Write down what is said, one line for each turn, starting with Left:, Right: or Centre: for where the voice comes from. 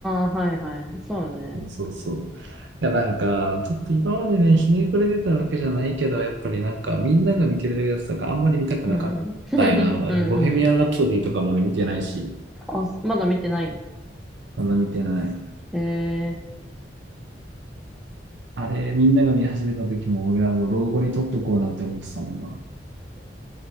Centre: あ、はいはい。そうね。
Right: そうそうそう。いや、なんか、ちょっと今までね、ひねくれてたわけじゃないけど、やっぱりなんか、みんなが見てるやつとか、あんまり見たくなかったよな。
Centre: うん。<laughs> うんうん。
Right: ボヘミアン・ラプソディとかも俺見てないし、
Centre: あ、すまだ見てない。
Right: まだ見てない。
Centre: ええ
Right: あれ、みんなが見始めた時も、俺はもう老後に撮っとこうなんて思ってたもんな。